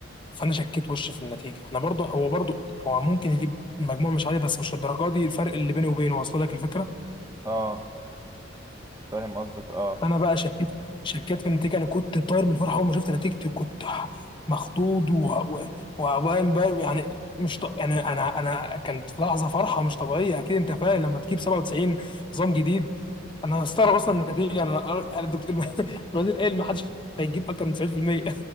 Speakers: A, on the left; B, on the right.
A: فانا شكيت وش في النتيجه انا برضو هو برضو هو ممكن يجيب مجموع مش عالي بس مش للدرجه دي الفرق اللي بيني وبينه واصل لك الفكره
B: اه فاهم قصدك اه
A: فانا بقى شكيت شكيت في النتيجه انا كنت طاير من الفرحه اول ما شفت نتيجتي كنت مخضوض وقام بقى يعني مش ط... يعني انا انا كانت في لحظه فرحه مش طبيعيه اكيد انت فاهم لما تجيب 97 نظام جديد انا مستغرب اصلا النتيجه انا أنا الدكتور <laughs> الوزير قال ما حدش هيجيب اكتر من 90%